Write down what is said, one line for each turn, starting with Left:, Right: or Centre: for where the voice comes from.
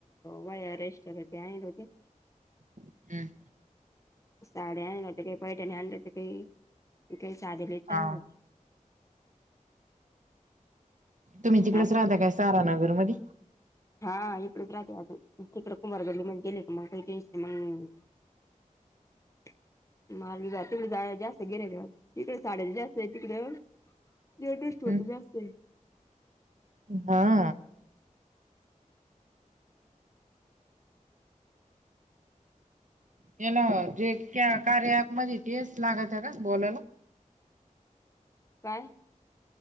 Left: वय अरेस्टरलं ते आहे नव ते,
Right: हम्म,
Left: साडी्या आणल्या तर काही, पैठणी आणलं तर काही काही साधलेच आणलं,
Right: हा तुम्ही
Left: होत्या.
Right: तिकडेच राहता काय सारानगर मध
Left: हा इकडेच राहते आ तिकडे कुमार गल्ली म गेले मग मग <unintelligible> मार्गी तिकडे झाड्या जास्त गेण्या तिकडे साड्याच जास्त आहे तिकडं जस् होट
Right: हं.
Left: जास्त
Right: हा याला जे कार्या अँप मध्ये <inaudible> लागत आहे का बोलायला
Left: काय